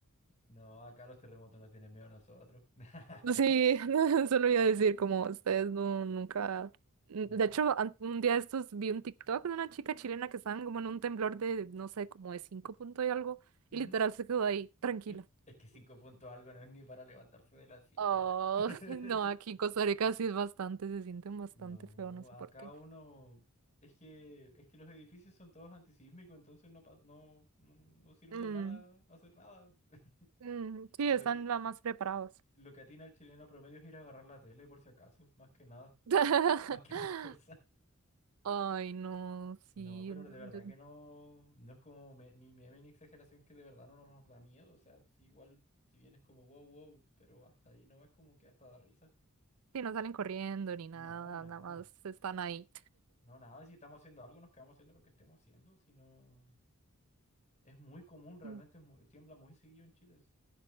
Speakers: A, on the left; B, on the right.
A: No, acá los terremotos nos tienen miedo a nosotros. <laughs>
B: Sí, <laughs> solo iba a decir como ustedes no, nunca. De
A: No.
B: hecho, an- un día de estos vi un TikTok de una chica chilena que estaba como en un temblor de, no sé, como de 5 puntos y algo,
A: Ujú.
B: y literal se quedó ahí, tranquila.
A: Ey, Es que cinco puntos algo no es ni para levantarse de la silla.
B: Oh,
A: <laughs>
B: <laughs> no, aquí en Costa Rica sí es bastante, se sienten bastante
A: No,
B: feo, no sé
A: acá
B: por qué.
A: uno. Es que, es que los edificios son todos antisísmicos, entonces no, pa- no, no, no sirve
B: Mm,
A: de nada hacer nada. <laughs>
B: mm, sí,
A: Lo
B: están
A: que,
B: la más preparados.
A: lo que atina al chileno promedio es ir a agarrar la tele por si acaso, más que nada,
B: <laughs>
A: más que <laughs> otra cosa.
B: Ay, no, sí,
A: No, pero
B: no,
A: de verdad
B: yo-
A: que no, no es como me- ni meme ni exageración que de verdad no nos da miedo. O sea, si igual, si bien es como wow, wow, pero hasta ahí no es como que hasta da risa.
B: sí, no salen corriendo ni nada,
A: No, nada.
B: nada más están ahí.
A: No, nada. Si estamos haciendo algo, nos quedamos haciendo lo que estemos haciendo. Si no. Es muy común, realmente
B: Mm.
A: es muy, tiembla muy seguido en Chile. sí.